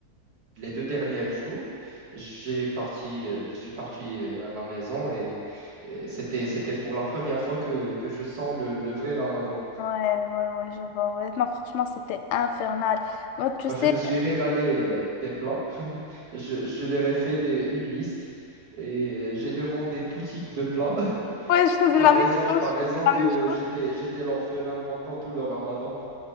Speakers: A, on the right; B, on the left.
A: les deux derniers jours, j'ai parti, euh, je suis parti euh, à la maison et, et c'était, c'était pour la première fois que, que je sens le, le vrai Ramadan.
B: ouais, ouais, ouais, ouais, je vois. ouais. Non, franchement, c'était infernal. Moi, tu
A: Enfin,
B: sais,
A: je me suis régalé euh, des plats. <laughs> Je, je leur ai fait des- une liste et euh, j'ai demandé tout type de plats <laughs>
B: ouais, je faisais
A: par
B: la
A: raison,
B: même chose.
A: par raison
B: Je faisais la
A: que
B: même chose.
A: j'étais, j'étais l'orphelin pendant tout le Ramadan.